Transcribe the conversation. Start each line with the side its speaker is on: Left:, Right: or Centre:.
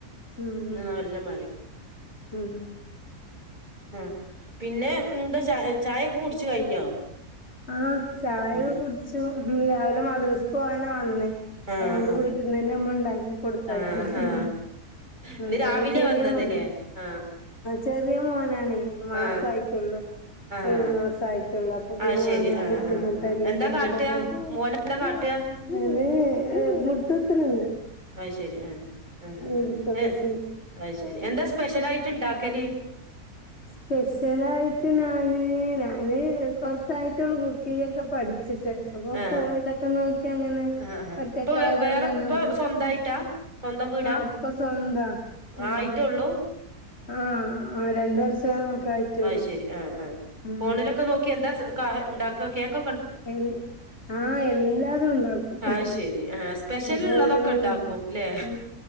Left: ഉം
Right: ഇന്ന്
Left: ഉം
Right: നല്ല മഴയാ
Left: ഉം
Right: ആഹ് പിന്നെ എന്താ ച ചായൊക്കെ കുടിച്ചു കഴിഞ്ഞോ
Left: ആഹാ ചായ
Right: ആ
Left: ഒക്കെ കുടിച്ചു രാവിലെ മദ്രസക്ക് പോകാനാ വന്നേ
Right: ആ
Left: അതുകൊണ്ട്
Right: ആ
Left: വീട്ടിൽന്ന് തന്നെ നമ്മ ഉണ്ടാക്കി കൊടുത്തായിരുന്നു
Right: ആ ആ
Left: <unintelligible>
Right: ഇന്ന് രാവിലെ
Left: ചെറിയ
Right: വന്നതില്ലേ
Left: ചേ
Right: ആ
Left: ചെറിയ മോനാണ് മാസയിട്ടുള്ളൂ
Right: ആ ആ ആ
Left: ഏഴു മാസയിട്ടുള്ളൂ അപ്പൊ അപ്പൊ
Right: ആഹ്
Left: പിന്നെ
Right: ശരി
Left: വന്ന
Right: ആഹ്
Left: ബുദ്ധിമുട്ടല്ലേ
Right: ആഹ് ആഹ് എന്താ
Left: <unintelligible>
Right: കാട്ടാ മോനെന്താ കാട്ടാ
Left: ആഹ് മുട്ട്ത്ത്ണണ്ട്
Right: അഹ് ശരി ആഹ് ആഹ്
Left: ഇരിക്കൊക്കെ
Right: അഹ്
Left: ചെയ്യും
Right: ശരി എന്താ സ്പെഷ്യല ആയിട്ട് ഉണ്ട ക്കല്
Left: സ്പെഷ്യല ആയിട്ട് നാന് നാന് കൊറച്ച് കുക്കി ഒക്കെ പഠിച്ചിട്ട്
Right: ആഹ്
Left: ഫോണിലൊക്കെ നോക്കിങ്ങന
Right: ആഹ് ആഹ്
Left: ഒറ്റക്ക്
Right: ഇപ്പൊ വേ-
Left: ആയത്
Right: വേറെ
Left: കൊണ്ട് അങ്ങനെ
Right: ഇപ്പൊ
Left: ചെയ്
Right: സ്വന്തായിട്ടാ സ്വന്തം വീടാ
Left: ആഹ് ഇപ്പൊ സ്വന്താ ഉം
Right: ആയിട്ടൊള്ളൂ
Left: ആഹ് ആഹ് രണ്ട് വർഷം ഒക്കെ ആയിട്ടേള്ളൂ
Right: ആഹ് ശെരി ആഹ് ആഹ്
Left: ഉം
Right: ഫോണിലൊക്കെ നോക്കി എന്താ ഉണ്ടാക്ക കേക്കൊ
Left: ഏഹ് ആഹ് എല്ലാതും ഉണ്ടാക്കും
Right: അത് ശരി ആഹ് സ്പെഷ്യൽ
Left: ഗുള്ള
Right: ഇള്ളതൊക്കെ
Left: <unintelligible>
Right: ഇണ്ടാക്കും ല്ലേ
Left: ഉ